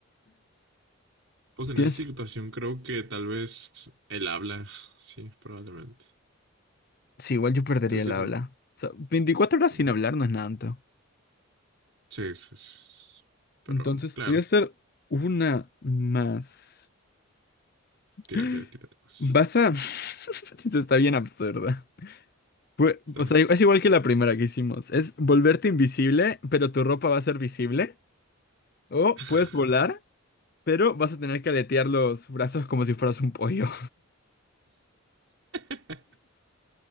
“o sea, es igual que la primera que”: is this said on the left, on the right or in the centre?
Left